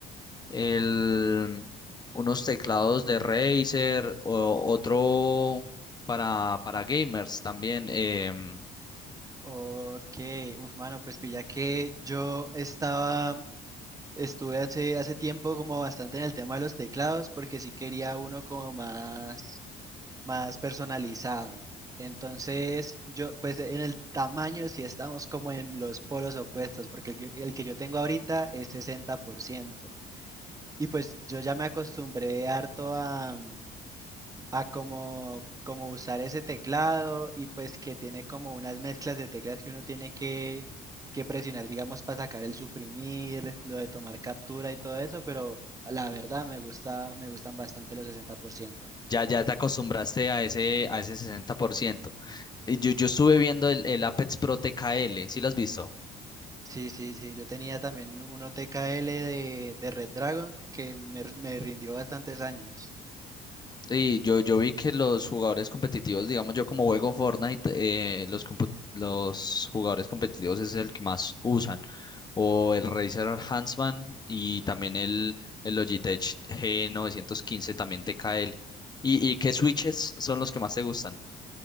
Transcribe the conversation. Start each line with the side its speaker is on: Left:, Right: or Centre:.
Left: el, unos teclados de Razer, o, otro para, para gamers también. em,
Right: Ok, uf, mano, pues pilla que yo estaba, estuve hace, hace tiempo como bastante en el tema de los teclados, porque sí quería uno como más. más personalizado. Entonces, yo, pues en el tamaño sí estamos como en los polos opuestos, porque el que, el que yo tengo ahorita es 60%. Y pues yo ya me acostumbré harto a, mm, a como, como usar ese teclado y pues que tiene como unas mezclas de teclas que uno tiene que, que presionar, digamos, para sacar el suprimir, lo de tomar captura y todo eso, pero la verdad me gusta, me gustan bastante los 60%.
Left: ya, ya te acostumbraste a ese, a ese 60%. Y Yo, yo estuve viendo el, el Apex Pro TKL, ¿sí lo has visto?
Right: Sí, sí, sí. Yo tenía también uno TKL de, de Red Dragon que me, me rindió bastantes años.
Left: Sí, yo, yo vi que los jugadores competitivos, digamos yo como juego Fortnite, eh, los, compu- los jugadores competitivos es el que más usan. O el Razer Huntsman y también el, el Logitech G915, también TKL. ¿Y, y qué switches son los que más te gustan?